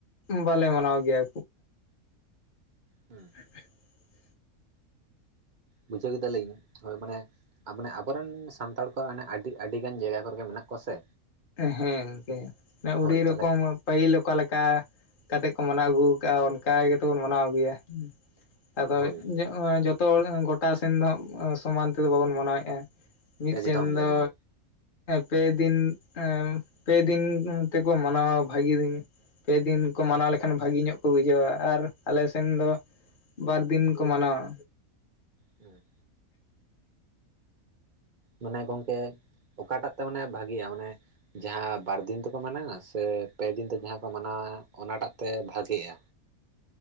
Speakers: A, on the left; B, on the right.
A: ᱵᱟᱞᱮ ᱢᱟᱱᱟᱣ ᱜᱮᱭᱟ
B: ᱦᱩᱸ
A: <unintelligible>
B: ᱵᱩᱡᱷᱟᱹᱣ ᱠᱮᱫᱟ ᱞᱤᱧ ᱦᱳᱭ ᱢᱟᱱᱮ ᱢᱟᱱᱮ ᱟᱵᱚ ᱨᱮᱱ ᱥᱟᱱᱛᱟᱲ ᱚᱱᱮ ᱟᱹᱰᱤ ᱟᱹᱰᱤ ᱜᱟᱱ ᱡᱟᱭᱜᱟ ᱠᱚᱨᱮᱜᱮ ᱢᱮᱱᱟᱜ ᱠᱚᱣᱟ ᱥᱮ
A: ᱦᱮᱸ ᱜᱚᱝᱠᱮ
B: ᱦᱳᱭ
A: ᱟᱹᱰᱤ
B: ᱛᱟᱦᱚᱞᱮ
A: ᱨᱚᱠᱚᱢ ᱯᱟᱹᱦᱤᱞ ᱚᱠᱟ ᱞᱮᱠᱟ ᱠᱟᱛᱮᱜ ᱠᱚ ᱢᱟᱱᱟᱣ ᱟᱹᱜᱩ ᱠᱟᱜ-ᱟ ᱚᱱᱠᱟ ᱜᱮᱛᱚ ᱵᱚᱱ ᱢᱟᱱᱟᱣ ᱟᱹᱜᱩᱭᱟ ᱟᱫᱚ
B: ᱦᱳᱭ
A: ᱡᱚᱛᱚ ᱦᱚᱲ ᱜᱳᱴᱟ ᱥᱮᱱ ᱫᱚ ᱥᱚᱢᱟᱱ ᱛᱮᱫᱚ ᱵᱟᱵᱚᱱ ᱢᱟᱱᱟᱣᱮᱜ-ᱟ ᱢᱤᱫᱥᱮᱱ
B: ᱮᱠᱫᱚᱢ ᱜᱮ
A: ᱫᱚ
B: ᱮᱠᱫᱚᱢ
A: ᱯᱮ ᱫᱤᱱ ᱯᱮ ᱫᱤᱱ ᱛᱮᱠᱚ ᱢᱟᱱᱟᱣᱟ ᱵᱷᱟᱜᱤ ᱫᱤᱱ ᱯᱮ ᱫᱤᱱ ᱠᱚ ᱢᱟᱱᱟᱣ ᱞᱮᱠᱷᱟᱱ ᱵᱷᱟᱹᱜᱤ ᱧᱚᱜ ᱠᱚ ᱵᱩᱡᱷᱟᱹᱣ ᱟᱨ ᱟᱞᱮ ᱥᱮᱱ ᱫᱚ ᱵᱟᱨ ᱫᱤᱱ ᱠᱚ ᱢᱟᱱᱟᱣᱟ
B: ᱦᱩᱸ ᱢᱟᱱᱮ ᱜᱚᱝᱠᱮ ᱚᱠᱟᱴᱟᱜ ᱛᱮ ᱢᱟᱱᱮ ᱵᱷᱟᱜᱤᱭᱟ ᱢᱟᱱᱮ ᱡᱟᱦᱟᱸ ᱵᱟᱨ ᱫᱤᱱ ᱛᱮᱠᱚ ᱢᱟᱱᱟᱣᱟ ᱥᱮ ᱯᱮ ᱫᱤᱱ ᱛᱮ ᱡᱟᱦᱟᱸ ᱠᱚ ᱢᱟᱱᱟᱣ ᱟ ᱚᱱᱟᱴᱟᱜ ᱛᱮ ᱵᱷᱟᱜᱮᱜᱼᱟ